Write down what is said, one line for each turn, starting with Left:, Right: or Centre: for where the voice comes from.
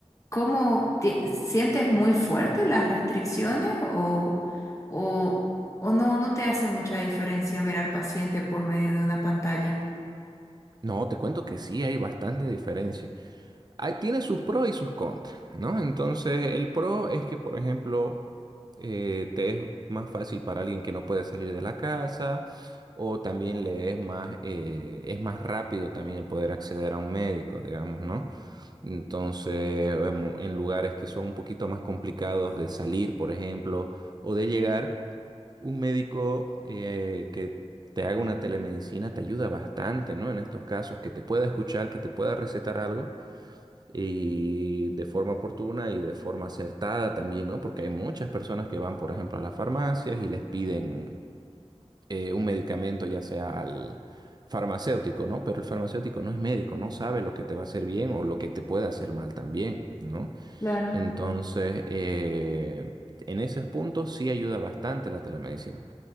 Left: ¿Cómo ti- sientes muy fuerte las restricciones o, o, o no, no te hace mucha diferencia ver al paciente por medio de una pantalla?
Right: No, te cuento que sí hay bastante diferencia. ahí tiene sus pros y sus contras, ¿no? Entonces, el pro es que, por ejemplo, eh, te es más fácil para alguien que no puede salir de la casa, o también le es más, eh, es más rápido también el poder acceder a un médico, digamos, ¿no? Entonces, en, en lugares que son un poquito más complicados de salir, por ejemplo, o de llegar, un médico eh, que te haga una telemedicina te ayuda bastante, ¿no? En estos casos, que te pueda escuchar, que te pueda recetar algo y de forma oportuna y de forma acertada también, ¿no? Porque hay muchas personas que van, por ejemplo, a las farmacias y les piden eh, un medicamento, ya sea al farmacéutico, ¿no? Pero el farmacéutico no es médico, no sabe lo que te va a hacer bien o lo que te puede hacer mal también, ¿no?
Left: Claro.
Right: Entonces, eh, en esos puntos sí ayuda bastante la telemedicina.